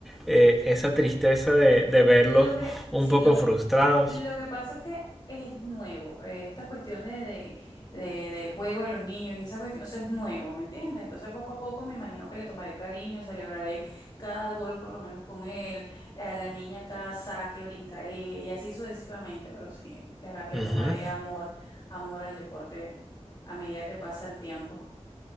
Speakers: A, in the centre; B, on the left (about 40°).
A: eh, esa tristeza de, de verlos
B: Lo que,
A: un
B: sí,
A: poco
B: lo que,
A: frustrados.
B: lo que pasa es que es nuevo. eh, esta cuestión de, de- de- del juego de los niños y esa cuestión, eso es nuevo, ¿me entiendes? Entonces poco a poco me imagino que le tomaré cariño, celebraré cada gol por lo menos con él, a la niña cada saque, brincaré y así sucesivamente, pero sí, le, aga- le
A: Ujú.
B: tomaré amor, amor al deporte a medida que pasa el tiempo.